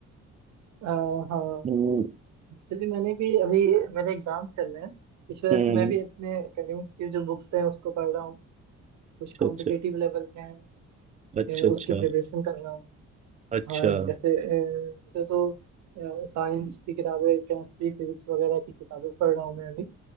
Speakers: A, on the right; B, on the right.
A: आ, हाँ
B: हम्म
A: एक्चुअली मैंने भी अभी मेरे एग्जाम चल रहे हैं इस वजह
B: हम्म,
A: से मैं भी अपने एकेडमिक्स की जो बुक्स हैं उसको पढ़ रहा हूँ कुछ
B: अच्छा
A: कॉम्पिटिटिव
B: अच्छा
A: लेवल के हैं
B: अच्छा
A: ए, उसकी
B: अच्छा
A: प्रिपरेशन कर रहा हूँ
B: अच्छा
A: हाँ जैसे ए, वैसे तो साइंस की किताबें केमिस्ट्री फिजिक्स वगैरह की किताबें पढ़ रहा हूँ मैं अभी